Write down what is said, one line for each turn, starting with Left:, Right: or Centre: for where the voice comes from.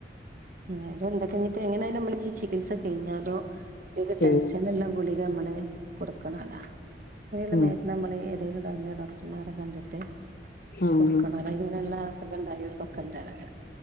Right: എതായലും എന്തൊക്കെഞ്ഞിപ്പ എങ്ങനെയാലും നമ്മളീ ചികിത്സ കഴിഞ്ഞാലോ കുട്ടിക്ക് ടെൻഷന്ള്ള
Left: ഉം
Right: ഗുളികമ്മള് കൊടുക്കണല്ല ഇങ്ങനെയുള്ള
Left: ഉം
Right: മരു നമ്മള് ഇതീലുണ്ടാവുന്ന ഡോക്ടർമാരെ കണ്ടിട്ട്
Left: ഉം
Right: കൊടുക്കണോലോ
Left: ഹും ഹും.
Right: ഇങ്ങനെയുള്ള അസുഖണ്ടയോൾക്ക് പക്ക